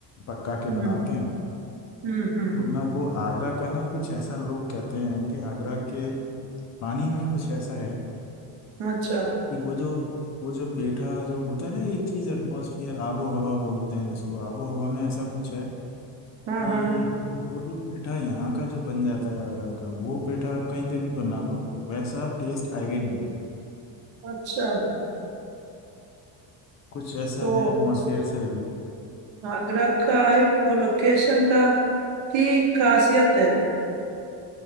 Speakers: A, on the left; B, on the right.
A: पका के
B: हम्म
A: बनाते हैं
B: हम्म हम्म
A: और ना वो आगरा का ना कुछ ऐसा लोग कहते हैं कि आगरा के पानी में कुछ ऐसा है
B: हम्म, अच्छा
A: कि वो जो वो जो पेठा जो होता है ना एक चीज एटमॉस्फेयर आबो हवा बोलते हैं जिसको आबो हवा में ऐसा कुछ है कि
B: हाँ हाँ
A: वो वो जो पेठा यहाँ का जो बन जाता है आगरा का वो पेठा आप कहीं पे भी बना लो वैसा टेस्ट आएगा ही नहीं
B: अच्छा
A: कुछ ऐसा
B: तो
A: है एटमॉस्फेयर से रिलेटेड
B: आगरा का ही वो लोकेशन का की खासियत है